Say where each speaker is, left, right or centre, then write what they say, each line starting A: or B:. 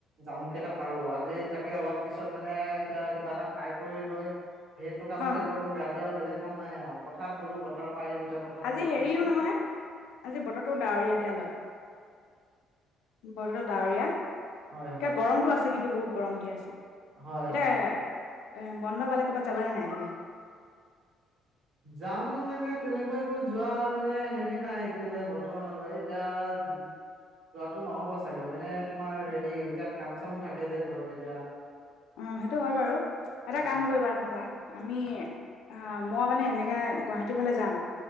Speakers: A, on the right; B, on the left.
A: জামুকেইটা পাৰো আজি, তাকে অলপ পিছত, মানে কিবা এটা, খাই কৰি লৈ সেইটো কামকে
B: অ',
A: কৰো গে, আজি আৰু বেলেগ কাম নাই আৰু, পথাৰত গ'লো, পথাৰত পাৰিলো এতিয়া, পথাৰত
B: আজি
A: যোৱা কাম
B: হেৰিও
A: নাই, যে
B: নহয় আজি বতৰটো ডাৱৰীয়া দিয়া অলপ বতৰটো ডাৱৰীয়া। এতিয়া
A: হয় হয়
B: গৰমতটো, আছে কিন্তু বহুত। গৰম দিয়া আছে।
A: হয়,
B: এতিয়া
A: হয়।
B: এ, বন্ধ পালে, কবাত যাবা নে নাই তুমি?
A: যাম মানে, তেনেকুৱা একো যোৱা, মানে হেৰি নাই, এতিয়ালে বৰ্তমানলৈ, এতিয়া যোৱাাতটো নহব চাগে, মানে তোমাৰ হেৰি এতিয়া কাম চামো থাকে, যে ঘৰত এতিয়া
B: অ', সেইটো হয় বাৰু, এটা
A: অ'
B: কাম কৰিবা নহবা আমি অ', মই মানে এনেকে, গুৱাহাটীৰ ফালে যাম।